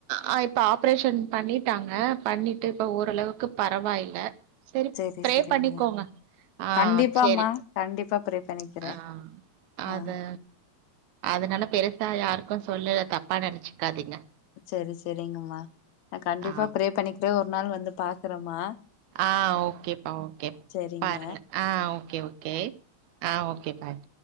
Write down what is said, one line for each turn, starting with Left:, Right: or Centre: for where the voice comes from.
Right: அ இப்ப ஆப்ரேஷன் பண்ணிட்டாங்க பண்ணிட்டு இப்ப ஓரளவுக்கு பரவாயில்ல சரி
Left: சேரி
Right: ப்ரே
Left: சேரிங்க
Right: பண்ணிக்கோங்க ஆ
Left: கண்டிப்பாமா
Right: சேரி
Left: கண்டிப்பா ப்ரே பண்ணிக்கிறே
Right: ஆ
Left: ஆ
Right: அது அதனால பெரு தா யாருக்கு சொல்லல தப்பா நெனச்சுக்காதீங்க
Left: சரி சரிங்கம்மா நா கண்டிப்பா
Right: ஆ
Left: ப்ரே பண்ணிக்கிறே ஒரு நாள் வந்து பாக்குறமா
Right: ஆ ஓகேப்பா ஓகே
Left: சேரிங்க
Right: பாருங்க ஆ ஓகே ஓகே ஆ ஓ கே பாய்